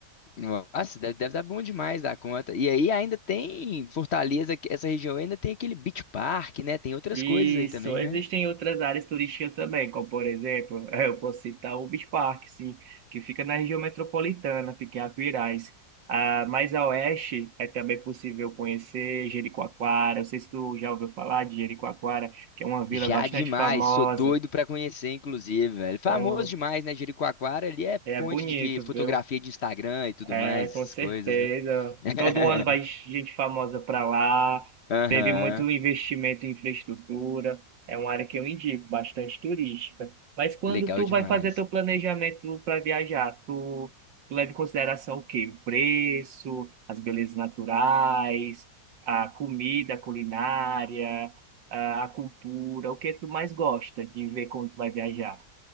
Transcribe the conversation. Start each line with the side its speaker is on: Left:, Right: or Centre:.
Left: Nossa, deve, deve dar bom demais da conta. E aí ainda tem Fortaleza, que- essa região ainda tem aquele Beach Park, né? Tem outras
Right: Isso,
Left: coisas aí também,
Right: existem
Left: né?
Right: outras áreas turísticas também, como por exemplo, <laughs> eu posso citar o Beach Park, sim, que fica na região metropolitana, fica em Aquiraz. Ah, mais a oeste é também possível conhecer Jericoacoara. Não sei se tu já ouviu falar de Jericoacoara, que é uma vila
Left: Já
Right: bastante
Left: demais,
Right: famosa.
Left: sou doido pra conhecer, inclusive, velho. Famoso
Right: Pronto,
Left: demais, né? Jericoacoara ali é
Right: é
Left: ponte
Right: bonito,
Left: de
Right: viu?
Left: fotografia de Instagram e tudo
Right: É,
Left: mais,
Right: com
Left: essas
Right: certeza.
Left: coisas, né? <laughs>
Right: Todo ano vai gente famosa para lá.
Left: Aham,
Right: Teve muito investimento em infraestrutura. É uma área que eu indico, bastante turística. Mas quando
Left: legal
Right: tu vai
Left: demais.
Right: fazer teu planejamento para viajar, tu, tu leva em consideração o quê? O preço, as belezas naturais, a comida, a culinária, a, a cultura. O que tu mais gosta de ver quando tu vai viajar?